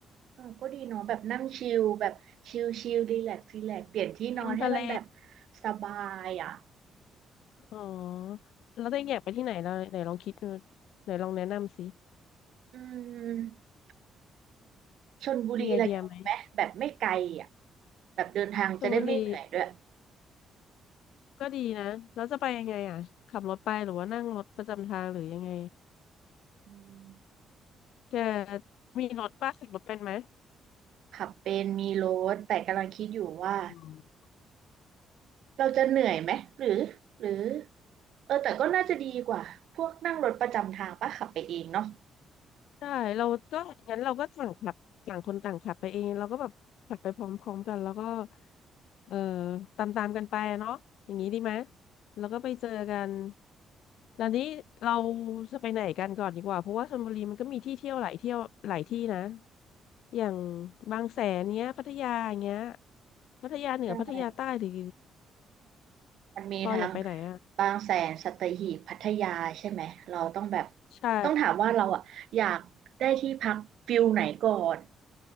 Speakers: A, on the right (about 75°); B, on the left (about 80°).
A: เออก็ดีเนาะแบบนั่งชิลแบบชิลชิลรีแลกซ์รีแลกซ์เปลี่ยนที่นอนให้มันแบบ
B: ริมทะเล
A: สบายอะ
B: อ๋อแล้วตัวเองอยากไปที่ไหนเราไหนลองคิดดูไหนลองแนะนำสิ
A: อืม ชลบุรีระยองไหมแบบไม่ไกลอ่ะ
B: มีไอเดียไหม
A: แบบเดินทางจะได้ไม่เหนื่อยด้วย
B: ชลบุรี ก็ดีนะแล้วจะไปยังไงอ่ะ ขับรถไปหรือว่านั่งรถประจำทางหรือยังไง
A: อืม
B: แกมีรถป้าขับรถเป็นไหม
A: ขับเป็นมีรถแต่กำลังคิดอยู่ว่า
B: อ๋อ
A: เราจะเหนื่อยไหมหรือหรือเออแต่ก็น่าจะดีกว่าพวกนั่งรถประจำทางปะขับไปเองเนาะ
B: ได้เราก็งั้นเราก็ต่างขับต่างคนต่างขับไปเอง เราก็แบบขับไปพร้อมๆกันแล้วก็เอ่อตามๆกันไปอะเนาะอย่างนี้ดีไหมแล้วก็ไปเจอกันแล้วนี้เราจะไปไหนกันก่อนดีกว่า เพราะว่าชลบุรีมันก็มีที่เที่ยวหลายเที่ยวหลายที่นะ อย่างบางแสนเนี้ยพัทยาเงี้ยพัทยาเหนือพัทยาใต้หรือ
A: ใช่มันมีทั้ง
B: ปออยากไปไหนอ่ะ
A: บางแสนสัตหีบพัทยาใช่ไหมเราต้องแบบ
B: ใช่
A: ต้องถามว่าเราอ่ะอยากได้ที่พักฟิลไหนก่อน